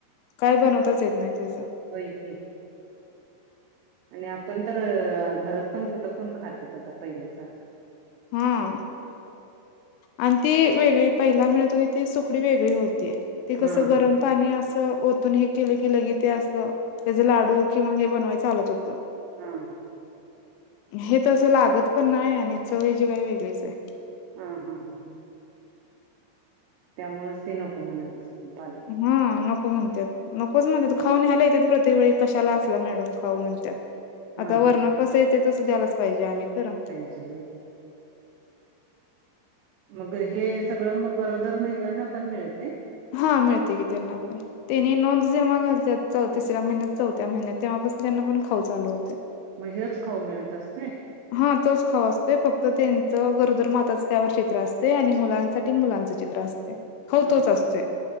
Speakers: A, on the left; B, on the right.
A: काय बनवताच येत नाही त्याच्या
B: होय की आणि आपण तर घरात पण कुठं कोून खातेत आता पहिल्यासारखं
A: हम्म आणि ती वेगळी पहिला मिळतो की ती सुकडी वेगळी होती ती कसं
B: हा
A: गरम
B: हा
A: पाणी अस ओतून हे केलं की लगे ते असं त्याच लाडू किंवा हे बनवाय चालत होतं
B: हां हां हां
A: हे तं लागत पण नाही आणि चवयचीे काय वेगळीच आहे
B: हां हां हां हां त्यामुळेच ते नको म्हणत असतील पालक
A: हा नको म्हणतात नकोच म्हणतात खाऊ नेहायला येतात प्रत्ये वेळी कशाला असला मॅडम खाऊ म्हणतात
B: हा
A: आता वर्ण
B: हा
A: कसं येते तसं द्यायलाच पाहिजे आम्ही तर
B: होय मग हे सगळं मग गरोदर महिलांना आपण मिळते
A: हा मिळते की त्यांना पण त्यांनी नोंद जेव्हा घालत च तिसऱ्या महिन्यात, चौथ्या महिन्यात तेव्हापासून त्यांना पण खाऊ चालू होते.
B: मग हेच खाऊ मिळत असतय?
A: हा. तोच खाऊ असतोय. फक्त त्यांचं गरोदर माताच त्यावर चित्र असते. आणि मुलांसाठी ते मुलांचं चित्र असते. खाऊ
B: हां.
A: तोच असतोय